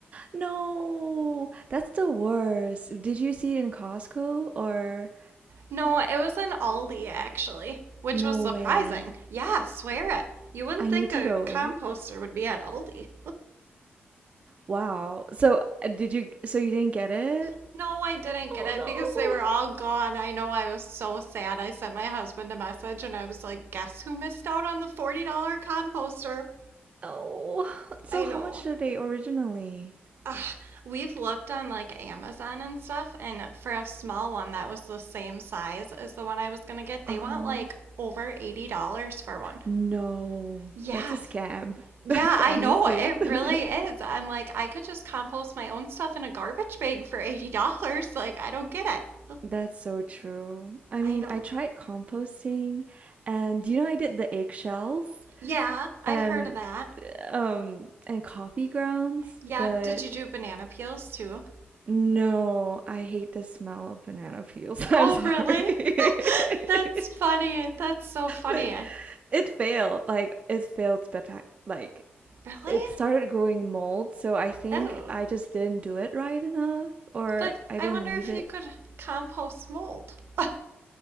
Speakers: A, on the right (about 35°); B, on the right (about 70°).
A: No, that's the worst. Did you see it in Costco or?
B: No, it was an Aldi, actually, which
A: No
B: was surprising.
A: way.
B: Yeah, swear it. You wouldn't
A: I
B: think
A: need to
B: a
A: go.
B: composter would be at Aldi.
A: Wow. So uh, did you, so you didn't get it?
B: <laughs> no, I didn't
A: Oh
B: get it
A: no.
B: because they were all gone. I know I was so sad. I sent my husband a message and I was like, guess who missed out on the $40 composter?
A: Oh. So
B: I know.
A: how much are they originally?
B: Ugh, we've looked on like Amazon and stuff, and for a small one that was the same size as the one I was gonna get,
A: Uh-huh.
B: they want like over $80 for one.
A: No.
B: Yes,
A: That's a scam. <laughs>
B: Yeah,
A: That's
B: I
A: honestly.
B: know. It really
A: <laughs>
B: is. I'm like, I could just compost my own stuff in a garbage bag for $80. Like, I don't get it.
A: That's so true. I
B: I
A: mean,
B: know.
A: I tried composting and you know I did the eggshells
B: Yeah, I've
A: and
B: heard of that.
A: um and coffee grounds,
B: Yeah,
A: but
B: did you do banana peels too?
A: No, I hate the smell of banana peels. <laughs> I'm
B: Oh,
A: sorry.
B: really? <laughs>
A: <laughs>
B: That's funny. That's so funny.
A: But it failed. Like it failed spectac like
B: Really?
A: it started growing mold, so I think
B: Oh.
A: I just didn't do it right enough or
B: But
A: I
B: I
A: didn't
B: wonder
A: leave
B: if
A: it.
B: you could compost mold. <laughs>